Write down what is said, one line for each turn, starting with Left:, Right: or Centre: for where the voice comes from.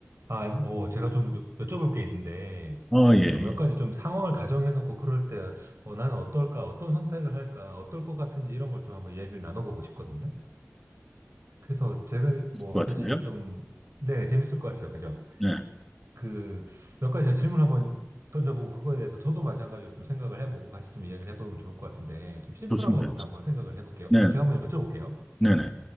Right: 아, 뭐, 제가 좀 여- 여쭤볼 게 있는데,
Centre: 어, 예,
Right: 좀
Centre: 예.
Right: 몇 가지 좀 상황을 가정해놓고 그럴 때, 어, 나는 어떨까, 어떤 선택을 할까, 어떨 것 같은지 이런 걸 좀 한번 얘기를 나눠보고 싶거든요. 그래서 제가 뭐,
Centre: 있을 것
Right: 사실
Centre: 같은데요?
Right: 좀, 네, 재밌을 것 같아요. 그죠?
Centre: 네,
Right: 그, 몇 가지 제가 질문 한번 던져보고 그거에 대해서 저도 마찬가지로 좀 생각을 해보고 같이 좀 이야기를 해보면 좋을 것 같은데, 좀 심플한
Centre: 좋습니다.
Right: 것부터
Centre: 좋습니다.
Right: 한번 생각을 해볼게요.
Centre: 네,
Right: 제가 한번 여쭤볼게요.
Centre: 네네,